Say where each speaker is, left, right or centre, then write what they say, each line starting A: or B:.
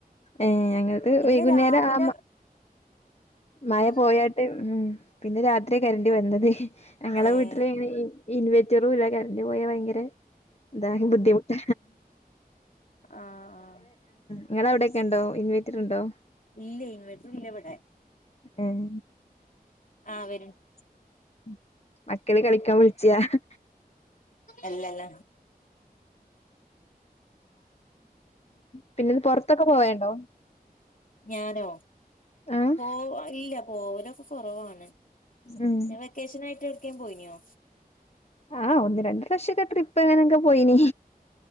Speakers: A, on the left; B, on the left.
A: ഏഹ് ഞങ്ങടത് വൈകുന്നേരം
B: ഇന്ന് രാവിലെ
A: ആ മയ
B: ഉം
A: പോയാട്ട് ഉം പിന്നെ രാത്രി കരന്റ് വന്നത് ഞങ്ങളെ
B: ഏഹ്
A: വീട്ടില് ഇൻ ഇൻവെറ്ററും ഇല്ല കറണ്ട് പോയാ ഭയങ്കരെ അതാകെ ബുദ്ധിമുട്ട
B: ആ ആ
A: നിങ്ങൾെവിടെയൊക്കെ ഉണ്ടോ ഇൻവേറ്റർ ഉണ്ടോ
B: ഇല്ലേ ഇൻവേർട്ടർ ഇല്ല ഇവിടെ
A: ഏഹ്
B: ആ വര
A: <inaudible> മക്കള് കളിക്കാൻ വിളിച്ചാ
B: അല്ലല്ല
A: പിന്നെന്ന് പൊറത്തൊക്കെ പോവേണ്ടോ
B: ഞാനോ
A: ആഹ്
B: പോ ഇല്ല പോവലൊക്കെ കുറവാണ്
A: ഉം
B: ഞാൻ വെക്കേഷൻ ആയിട്ട് <unintelligible> പോയിനോ
A: ആഹ് ഒന്ന് രണ്ട് പ്രാവശ്യൊക്കെ ട്രിപ്പ് എങ്ങനൊക്കെ പോയിനി